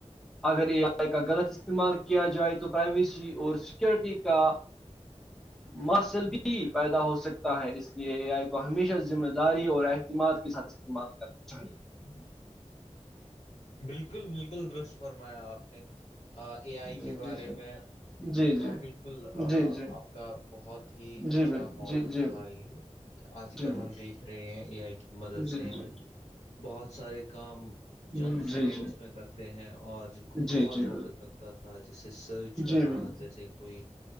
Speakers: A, in the centre; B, on the left (about 70°).
A: اگر اے آئی کا غلط استعمال کیا جائے تو پرائیویسی اور سیکورٹی کا ماسلگی پیدا ہو سکتا ہے اس لیے اے آئی کو ہمیشہ ذمہ داری اور اعتماد کے ساتھ استعمال کرنا چاہیے
B: ا بالکل بالکل درش فرمایا آپ نے اے آئی
A: جی
B: کے بارے
A: جی
B: میں
A: جی جی
B: بالکل
A: جی جی
B: آپ کا بہت ہی
A: جی
B: اچھا
A: بل
B: موضوع
A: جی جی
B: تھا یہ آج
A: جی
B: کل
A: بل
B: ہم دیکھ رہے ہیں اے آئی کی مدد سے
A: جی
B: ہم
A: جی
B: بہت سارے کام
A: جی
B: چند سیکنڈس
A: جی
B: میں کرتے ہیں اور جن کو
A: جی
B: بہت
A: جی
B: وقت
A: بل
B: لگتا تھا جیسے سرچ کرنا
A: جی بل
B: جیسے کوئی